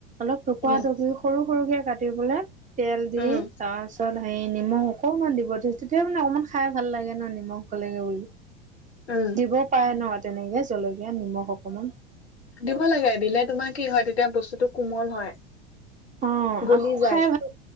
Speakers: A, on the right; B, on the left.
A: অলপ টুকুৱৰা
B: উম,
A: টুকু সৰু সৰুকে কাটি বলে তেল দি
B: উম।
A: তাৱাৰ চলাই- হেৰি নিমখ অকমান দিব তেতিয়া মানে অকমান খাই ভাল লাগে ন নিমখ গলেকে বুলি।
B: উম।
A: দিব পাৰে ন তেনেকে জলকীয়াত নিমখ অকণমান।
B: দিব লাগে দিলে তোমাৰ কি হয় তেতিয়া বস্তুটো কোমল হয়।
A: অ
B: গলি যায়।
A: খাই ভাল